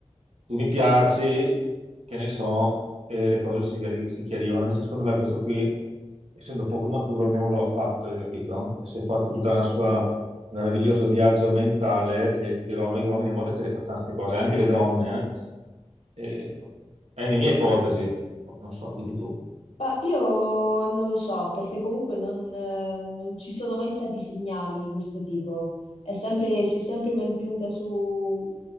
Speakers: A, on the right (about 80°); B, on the left (about 80°).
A: tu mi piaci, che ne so, e le cose si, chiari- si chiarivano. Invece secondo me questo qui, essendo poco maturo, non lo ha fatto, hai capito? E si è fatto tutta la sua meraviglioso viaggio mentale che ti dirò, noi uomini a volte ce le facciamo queste cose, anche le donne. eh. E- è nella mia ipotesi, non so, dimmi tu.
B: Ma io non lo so, perché comunque non, eh, non ci sono mai stati segnali di questo tipo. È sempre- si è sempre mantenuta su,